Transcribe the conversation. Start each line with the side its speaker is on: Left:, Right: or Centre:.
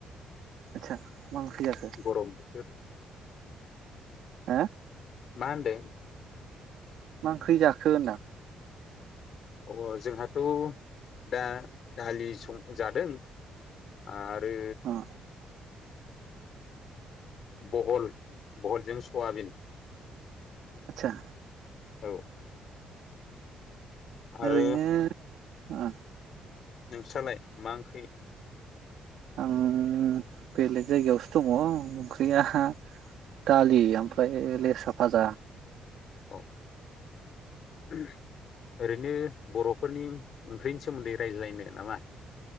Right: आतसा मा ओंख्रि जाखो?
Left: गरम बोथोर
Right: हा?
Left: मा होनदों?
Right: मा ओंख्रि जाखो होनदां?
Left: अ जोंहाथ' दा दालि सं जादों आरो
Right: अ
Left: बहल बहलजों सआबिन
Right: आतसा
Left: औ आरो
Right: ओरैनो ओ
Left: नोंस्रालाय मा ओंख्रि?
Right: आं बेलेग जायगायावसो दङ ओंख्रिया दालि ओमफ्राय लेस्रा फाजा
Left: औ <unintelligible> ओरैनो बरफोरनि ओंख्रिनि सोमोन्दै रायज्लायनो नामा?